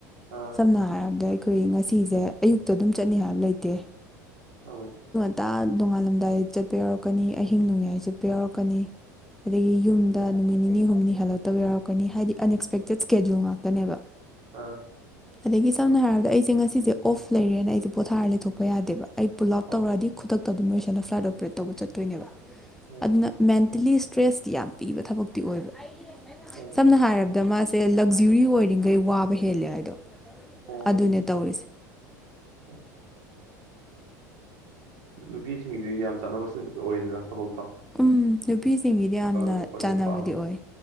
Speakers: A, on the right; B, in the centre.
A: ꯑꯥ
B: ꯁꯝꯅ ꯍꯥꯏꯔꯕꯗ ꯑꯩꯈꯣꯏ ꯉꯁꯤꯁꯦ ꯑꯌꯨꯛꯇ ꯑꯗꯨꯝ ꯆꯠꯅꯤ ꯍꯥꯏꯕ ꯂꯩꯇꯦ
A: ꯑ
B: ꯍ ꯇ ꯅꯣꯡꯉꯥꯜꯂꯝꯗꯥꯏ ꯆꯠꯄ ꯌꯥꯎꯔꯛꯀꯅꯤ ꯑꯍꯤꯡ ꯅꯣꯡꯌꯥꯏ ꯆꯠꯄ ꯌꯥꯎꯔꯛꯀꯅꯤ ꯑꯗꯒꯤ ꯌꯨꯝꯗ ꯅꯨꯃꯤꯠ ꯅꯤꯅꯤ ꯍꯨꯝꯅꯤ ꯍꯦꯜꯂꯛꯇꯕ ꯌꯥꯎꯔꯛꯀꯅꯤ ꯍꯥꯏꯗꯤ ꯑꯟꯑꯛꯁꯄꯦꯛꯇꯦꯠ ꯏꯁꯀꯦꯗ꯭ꯌꯨꯜ ꯉꯥꯛꯇꯅꯦꯕ
A: ꯑꯥ
B: ꯑꯗꯒꯤ ꯁꯝꯅ ꯍꯥꯏꯔꯕꯗ ꯑꯩꯁꯦ ꯉꯁꯤꯁꯦ ꯑꯣꯐ ꯂꯩꯔꯦꯅ ꯑꯩꯁꯦ ꯄꯣꯊꯥꯔ ꯂꯩꯊꯣꯛꯄ ꯌꯥꯗꯦꯕ ꯑꯩ ꯄꯨꯜ ꯑꯥꯎꯠ
A: ꯑꯣ
B: ꯇꯧꯔꯛꯑꯗꯤ ꯈꯨꯗꯛꯇ ꯑꯗꯨꯝ ꯂꯣꯏꯁꯜꯂꯣ ꯐ꯭ꯂꯥꯏꯠ ꯑꯣꯄꯔꯦꯠ ꯇꯧꯕ ꯆꯠꯇꯣꯏꯅꯦꯕ
A: ꯑꯣ
B: ꯑꯗꯨꯅ ꯃꯦꯟ ꯦꯟꯇꯦꯜꯂꯤ ꯏꯁꯇ꯭ꯔꯦꯁꯀꯤꯤ ꯌꯥꯝ ꯄꯤꯕ ꯊꯕꯛꯇꯤ ꯑꯣꯏꯕ
A: ꯑꯣ
B: ꯁꯝꯅ ꯍꯥꯏꯔꯕꯗ ꯃꯥꯁꯦ ꯂꯛꯖꯨꯔꯤ ꯑꯣꯏꯔꯤꯈꯩ ꯋꯥꯕ ꯍꯦꯜꯂꯦ ꯍꯥꯏꯗꯣ
A: ꯑꯣ
B: ꯑꯗꯨꯅꯦ ꯇꯧꯔꯤꯁꯦ
A: ꯑꯣ ꯅꯨꯄꯤꯁꯤꯡꯒꯤꯗꯨ ꯌꯥꯝ ꯆꯥꯟꯅꯕꯁꯤꯡ ꯑꯣꯏꯗꯅ ꯊꯕꯛ
B: ꯎꯝ ꯅꯨꯄꯤꯁꯤꯡꯒꯤꯗꯤ ꯌꯥꯝꯅ
A: ꯈꯣꯠꯄꯗꯤ
B: ꯆꯥꯟꯅꯕꯗꯤ
A: ꯄꯥꯝꯃꯤꯗ
B: ꯑꯣꯏ